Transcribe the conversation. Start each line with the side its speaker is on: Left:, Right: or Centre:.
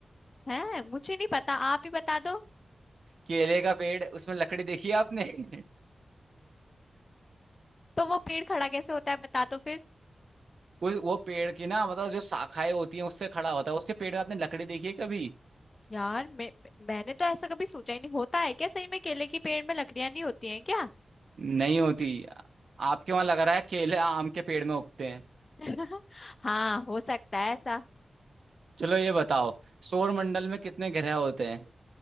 Left: है मुझे नहीं पता आप ही बता दो
Right: केले का पेड़ उसमें लकड़ी देखी है आपने <laughs>
Left: तो वो पेड़ खड़ा कैसे होता है बता दो फिर
Right: वो वो पेड़ की ना मतलब जो शाखाएं होती हैं उससे खड़ा होता है उसके पेड़ में आपने लकड़ी देखी है कभी
Left: यार मैं मैंने तो ऐसा कभी सोचा ही नहीं होता है क्या सही में केले की पेड़ में लकड़ियां नहीं होती हैं क्या
Right: नहीं होती आपके वहां लग रहा है केले आम के पेड़ में उगते हैं
Left: <laughs> हाँ हो सकता है ऐसा
Right: चलो ये बताओ सौर मंडल में कितने ग्रह होते हैं